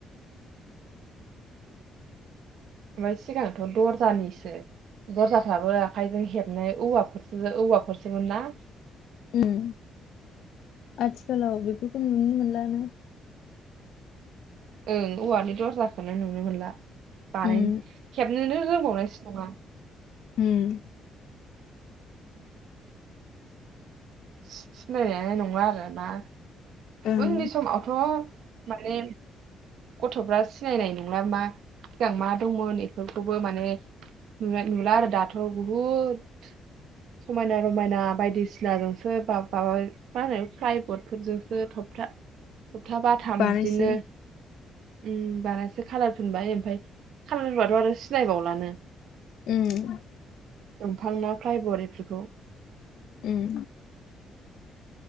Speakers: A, on the right; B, on the left.
A: ओमफाय सिगांथ' दरजानिसो दरजाफ्राबो आखाइजों हेबनाय औवाफोरजो औवाफोरसोन ना।
B: उम्म आथिखालाव बेफोरखौ नुनो मोनलानो
A: ओं औवानि दरजाखोनो नुनो मोनला। बानायनो
B: उम
A: हेबसेनो रो होबावनायसो नङा
B: उम
A: सि-सिनायनायानो नंला आरो ना
B: ओं
A: उननि समा थ माने गथ'फ्रा सिनायनाय नंला मा सिगां मा दंमोन बेफोरखौबो माने नुनाय नुला आरो दाथ बुहुद समायना रमायना बायदिसिना नु सोरबा बा मा होनो फ्लायबर्ड फोरजोंसो थबथा थबप्ता बाथाम
B: बानायसै
A: बिदिनो उम्म बानायसै खालार फुनबाय ओमफाय खालार फुनबाथ आरो सिनायबावलानो
B: उम्म
A: दंफां ना फ्लायबर्ड एफोरखौ
B: उम